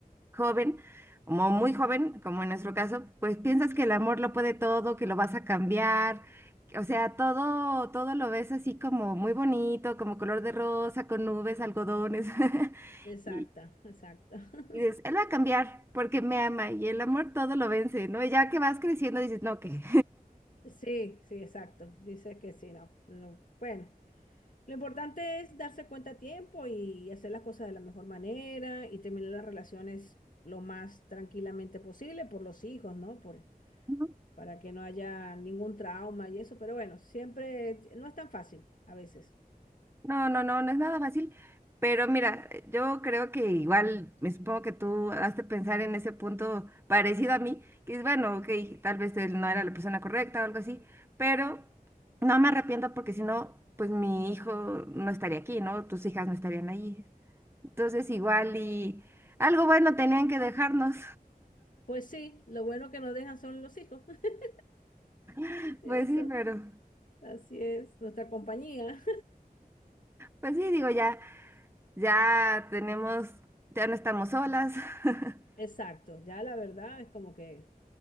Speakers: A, on the right; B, on the left.
A: joven, como muy joven, como en nuestro caso, pues piensas que el amor lo puede todo, que lo vas a cambiar. O sea, todo, todo lo ves así como muy bonito, como color de rosa, con nubes, algodones. <laughs>
B: Exacta,
A: Y,
B: exacta.
A: y
B: <laughs>
A: dices, él va a cambiar porque me ama y el amor todo lo vence, ¿no? Y ya que vas creciendo dices, no, ¿qué?
B: Sí, sí, exacto. Dice que sí, no, no. no. Bueno, lo importante es darse cuenta a tiempo y hacer las cosas de la mejor manera y terminar las relaciones lo más tranquilamente posible por los hijos, ¿no? Por,
A: <laughs>
B: para que no haya ningún trauma y eso, pero bueno, siempre eh, no es tan fácil a veces.
A: No, no, no, no es nada fácil, pero mira, yo creo que igual, me supongo que tú has de pensar en ese punto parecido a mí, que es bueno, ok, tal vez él no era la persona correcta o algo así, pero no me arrepiento porque si no, pues mi hijo no estaría aquí, ¿no? Tus hijas no estarían ahí. Entonces igual y algo bueno tenían que dejarnos,
B: Pues sí, lo bueno que nos dejan son los hijos. <laughs>
A: <laughs>
B: Eso,
A: pues sí, pero,
B: así es, nuestra compañía.
A: pues sí, digo, ya, ya tenemos, ya no estamos solas, <laughs>
B: <laughs> Exacto, ya la verdad es como que,